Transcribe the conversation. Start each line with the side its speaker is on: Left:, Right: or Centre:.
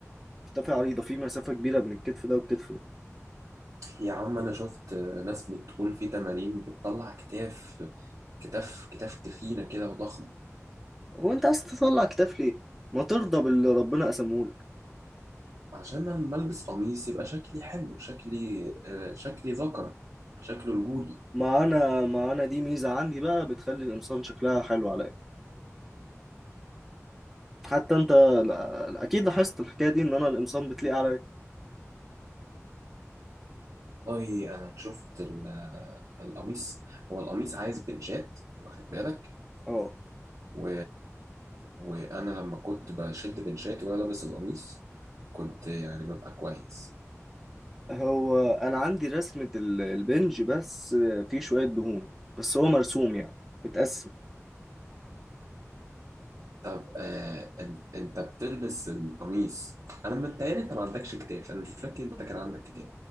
Centre: كتافي عريضة في مسافة كبيرة بين الكتف ده والكتف ده
Right: يا عم انا شفت ناس بتقول في تمارين بتطلع كتاف كتاف كتاف تخينه كده وضخمه
Centre: وانت عايز تطلع كتاف ليه؟ ما ترضى باللي ربنا قسمهولك
Right: عشان انا لما البس قميص يبقى شكلي حلو شكلي آه، شكلي ذكر شكله رجولي
Centre: معانا معانا دي ميزة عندي بقى بتخلي القمصان شكلها حلو عليا حتى انت لا- اكيد لاحظت الحكاية دي ان انا القمصان بتليق عليا
Right: والله انا شفت ال- القميص هو القميص عايز بنشات واخد بالك
Centre: اه
Right: و... وانا لما كنت بشد بنشاتي وانا لابس القميص كنت يعني ببقى كويس
Centre: هو انا عندي رسمة ال- البنج بس في شوية دهون بس هو مرسوم يعني متقسم
Right: طب آه انت انت بتلبس القميص انا متهيألي انت ما عندكش كتاف انا مش فاكر انت كان عندك كتاف